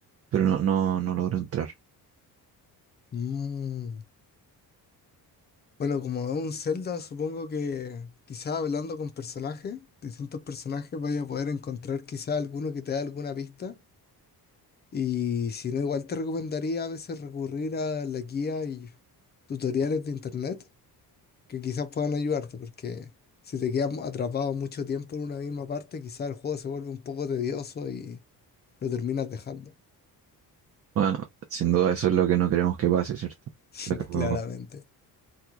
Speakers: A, on the right; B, on the left.
A: pero no, no, no logro entrar.
B: Mm. Bueno, como es un Zelda, supongo que quizás hablando con personajes, distintos personajes, vaya a poder encontrar quizás alguno que te dé alguna pista. Y si no, igual te recomendaría a veces recurrir a la guía y tutoriales de internet que quizás puedan ayudarte, porque si te quedas atrapado mucho tiempo en una misma parte, quizás el juego se vuelve un poco tedioso y lo terminas dejando.
A: Bueno, sin duda eso es lo que no queremos que pase, ¿cierto?
B: <laughs>
A: Pero
B: Claramente.